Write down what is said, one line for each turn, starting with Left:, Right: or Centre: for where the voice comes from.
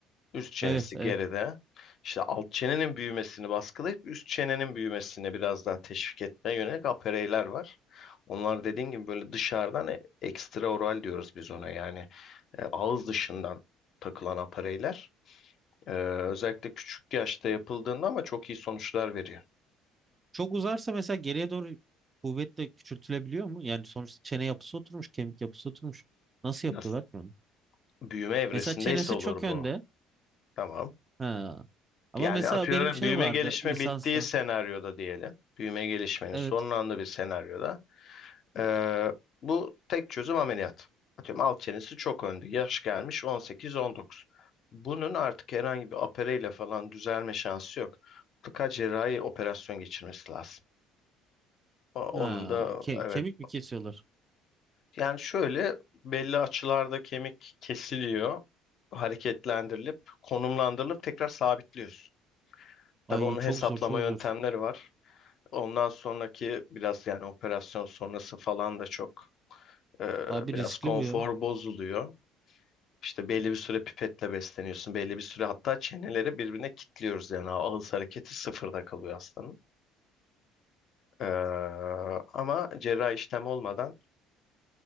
Left: Üst çenesi
Right: Evet evet.
Left: geride. İşte alt çenenin büyümesini baskılayıp üst çenenin büyümesine biraz daha teşvik etmeye yönelik apereyler var. Onlar dediğin gibi böyle dışarıdan e- ekstraoral diyoruz biz ona yani E, ağız dışından takılan apereyler, E, özellikle küçük yaşta yapıldığında ama çok iyi sonuçlar veriyor.
Right: Çok uzarsa mesela geriye doğru kuvvet de küçültülebiliyor mu? Yani sonuçta çene yapısı oturmuş, kemik yapısı oturmuş. Nasıl
Left: Nasıl?
Right: yapıyorlar ki onu?
Left: Büyüme evresindeyse
Right: Mesela çenesi
Left: olur
Right: çok önde.
Left: bu. Tamam.
Right: Ha. Ama
Left: Yani
Right: mesela
Left: atıyorum
Right: benim şey
Left: büyüme
Right: vardı
Left: gelişme
Right: lisansa.
Left: bittiği senaryoda diyelim. Büyüme gelişmenin
Right: Evet.
Left: sonlandığı bir senaryoda Ee, bu tek çözüm ameliyat. Atıyorum alt çenesi çok önde. Yaş gelmiş 18-19. Bunun artık herhangi bir opereyle falan düzelme şansı yok. Mutlaka cerrahi operasyon geçirmesi lazım. O- Onun
Right: Ha.
Left: da
Right: ke-
Left: evet.
Right: kemik mi kesiyorlar?
Left: Yani şöyle belli açılarda kemik kesiliyor. Hareketlendirilip, konumlandırılıp tekrar sabitliyorsun. Tabii
Right: Ay
Left: onun
Right: çok
Left: hesaplama
Right: zor çok
Left: yöntemleri
Right: zor.
Left: var. Ondan sonraki biraz yani operasyon sonrası falan da çok e,
Right: Abi
Left: biraz
Right: riskli
Left: konfor
Right: bu ya.
Left: bozuluyor. İşte belli bir süre pipetle besleniyorsun. Belli bir süre hatta çeneleri birbirine kilitliyoruz. Yani ağız hareketi sıfırda kalıyor hastanın. Ee, ama cerrahi işlem olmadan